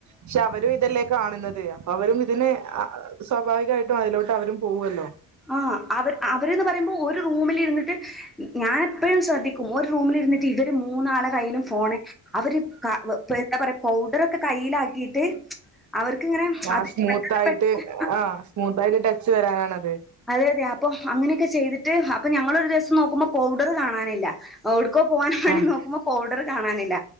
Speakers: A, on the right; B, in the centre.
A: ക്ഷേ അവരും ഇതെല്ലെ കാണുന്നത് അപ്പൊ അവരും ഇതിന് അ സ്വാഭാവികായിട്ടും അയിലോട്ട് അവരും പോവൊല്ലോ.
B: ആഹ് അവര് അവര്ന്ന് പറയുമ്പോ ഒരു റൂമിലിരുന്നിട്ട്. ഞാനെപ്പഴും ശ്രദ്ധിക്കും ഒരു റൂമിലിരുന്നിട്ട് ഇവര് മൂന്നാളെ കയ്യിലും ഫോണ്. അവര് ക എന്താ പറയാ പൗഡറെക്കെ കയ്യിലാക്കിയിട്ട്. അവർക്കിങ്ങനെ.
A: ആഹ്
B: അത്
A: സ്മൂത്തായിട്ട്
B: പെട്ടെന്ന് പെട്ടെന്ന്
A: ആഹ് സ്മൂത്തായിട്ട് ടച്ച് വരാനാണത്
B: അതെ അതെ അപ്പൊ അങ്ങനെയൊക്കെ ചെയ്തിട്ട് അപ്പൊ ഞങ്ങളൊരു ദിവസം നോക്കുമ്പോ പൗഡറ് കാണാനില്ല ഓട്ക്കോ പോവാനും വേണ്ടി
A: ആഹ്
B: നോക്കുമ്പോ ഫൗഡറ് കാണാനില്ല